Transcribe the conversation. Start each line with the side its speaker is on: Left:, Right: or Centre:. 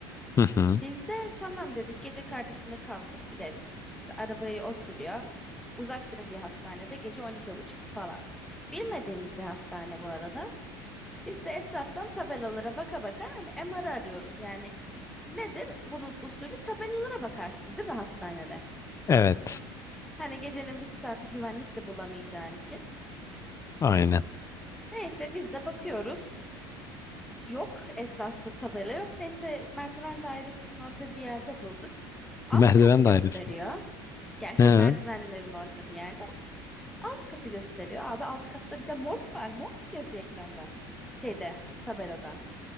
Left: Hı hı.
Centre: Biz de tamam dedik. Gece kardeşimle kalkıp gideriz. İşte arabayı o sürüyor. Uzakta bir hastanede gece on iki buçuk falan. Bilmediğimiz bir hastane bu arada. Biz de etraftan tabelalara baka baka hani MR arıyoruz yani. Nedir? Bunun usulü tabelalara bakarsın değil mi hastanede?
Left: Evet.
Centre: Hani gecenin bir saati güvenlik de bulamayacağın için.
Left: Aynen.
Centre: Neyse biz de bakıyoruz. Yok etrafta tabela yok. Neyse merdiven dairesinin orada bir yerde bulduk. Alt
Left: Merdiven
Centre: katı gösteriyor.
Left: dairesi.
Centre: Ya işte
Left: He. Hı
Centre: merdivenlerin orada bir yerde. Alt katı gösteriyor. Abi alt katta bir de morg var. Morg yazıyor ekranda. Şeyde tabelada.